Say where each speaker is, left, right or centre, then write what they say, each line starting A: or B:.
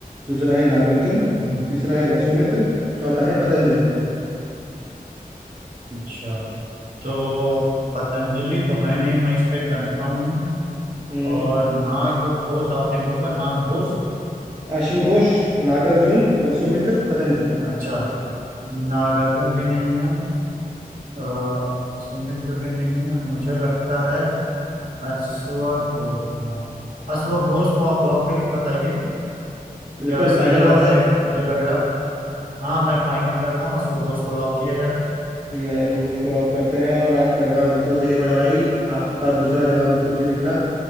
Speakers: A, on the right; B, on the right.
A: दूसरा है नागार्जुन
B: हम्म,
A: तीसरा है वसुमित्र चौथा है पतंजलि
B: अच्छा तो पतंजलि तो है नहीं मैं इस पे कंफर्म हूँ
A: हम्म
B: और नाग घोष आपने बोला नाग घोष
A: अश्वघोष नागार्जुन वसुमित्र पतंजलि
B: अच्छा नागार्जुन भी नहीं है अ, सुमित्र भी नहीं है मुझे लगता है अश्वघोष हाँ अश्वघोष को आप लॉक करिए बताइए
A: बिल्कुल
B: क्या ये सही
A: फाइनल
B: जवाब
A: आंसर
B: है मेरा मुझे लग रहा हाँ मैं फाइनल करता हूँ अश्वघोष को लॉक किया जाए
A: जी आयाशु घोष को लॉक करते हैं और आपका जवाब बिल्कुल सही है बड़े भाई आपका दूसरा जवाब बिल्कुल सही निकला